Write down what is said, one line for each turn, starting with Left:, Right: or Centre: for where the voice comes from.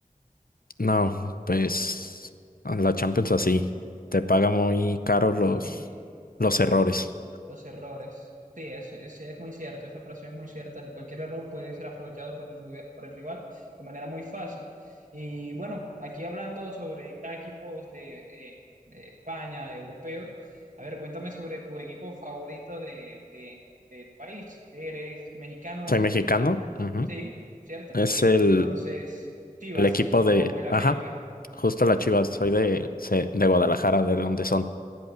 Left: no, pues la Champions así, te paga muy caro los,
Right: Sí,
Left: los errores.
Right: Los errores. Sí, es, es, es muy cierto, esa frase es muy cierta. Cualquier error puede ser aprovechado por el, ruga- por el rival de manera muy fácil. Y bueno, aquí hablando sobre ya equipos de, eh, de España, europeos, a ver, cuéntame sobre tu equipo favorito de, de, de tu país. Eres mexicano,
Left: Soy mexicano,
Right: eh,
Left: ujú.
Right: sí, ¿cierto?
Left: Es el,
Right: Entonces, Chivas
Left: el equipo
Right: o
Left: de,
Right: el América.
Left: ajá, justo la Chivas, soy de, se- de Guadalajara, de donde son.